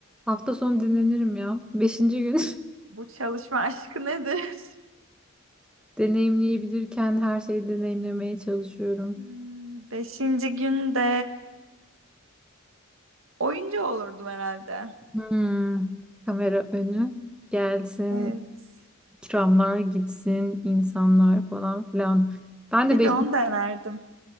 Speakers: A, in the centre; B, on the right.
A: hafta sonu dinlenirim ya. Beşinci gün
B: Bu çalışma <laughs> aşkı nedir?
A: <laughs> deneyimleyebilirken her şeyi deneyimlemeye çalışıyorum.
B: Hmm, beşinci günde oyuncu olurdum herhalde.
A: Hmm, kamera önü gelsin,
B: Evet.
A: ikramlar gitsin, insanlar falan filan. Ben de
B: Bir
A: beş,
B: de onu denerdim.